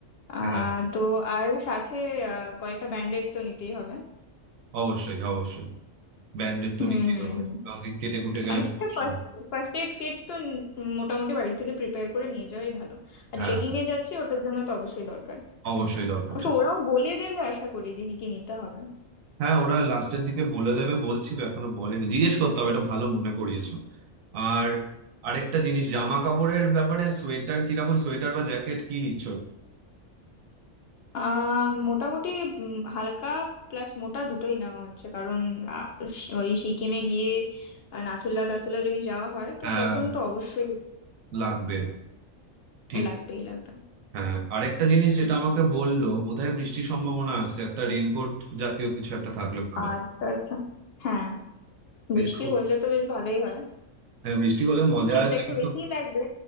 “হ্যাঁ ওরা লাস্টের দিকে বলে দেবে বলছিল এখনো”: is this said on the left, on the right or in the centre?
Right